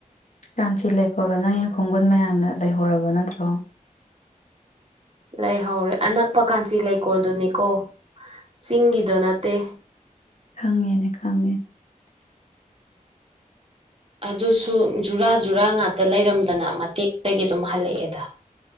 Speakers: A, on the left (about 60°); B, on the right (about 45°).
A: ꯀꯥꯟꯆꯤ ꯂꯩꯀꯣꯜꯂꯣ ꯅꯪꯌꯦ ꯈꯣꯡꯒꯨꯟ ꯃꯌꯥꯝꯅ ꯂꯩꯍꯧꯔꯕ ꯅꯠꯇ꯭ꯔꯣ
B: ꯂꯩꯍꯧꯔꯦ ꯑꯅꯛꯄ ꯀꯥꯟꯆꯤ ꯂꯩꯀꯣꯜꯗꯨꯅꯤꯀꯣ ꯆꯤꯡꯒꯤꯗꯣ ꯅꯠꯇꯦ
A: ꯈꯪꯉꯦꯅꯦ ꯈꯪꯉꯦ
B: ꯑꯗꯨꯁꯨ ꯖꯨꯔꯥ ꯖꯨꯔꯥ ꯉꯥꯛꯇ ꯂꯩꯔꯝꯗꯅ ꯃꯇꯦꯛꯇꯒꯤ ꯑꯗꯨꯝ ꯍꯜꯂꯛꯑꯦꯗ